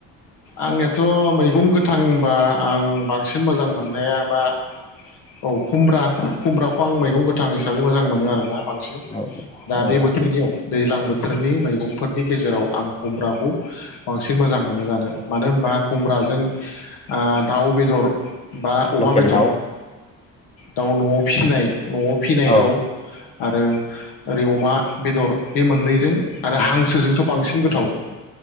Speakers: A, on the left; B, on the left.
A: आंनियाथ मैगं गोथांबा आं बांसिन मोजां मोननाया बा औ खुमब्रा खुमब्राखौ आं मैगं गोथां हिसाबै मोजां मोनो आरोना। बांसिन
B: औ
A: दा
B: औ
A: बे बोथोरनियाव दैज्लां बोथोरनि मैगंफोरनि गेजेराव आं खुमब्राखौ बांसिन मोजां मोनो जानो। मानो होनबा खुमब्राजों आ दाउ बेदर बा अमा
B: लकेल
A: बेदर
B: दाउ
A: दाउ नआव फिसिनाय नआव फिनाय
B: औ
A: दाउ आरो ओरै अमा बेदर बे मोननैजों आरो हांसोजोंथ बांसिन गोथाव।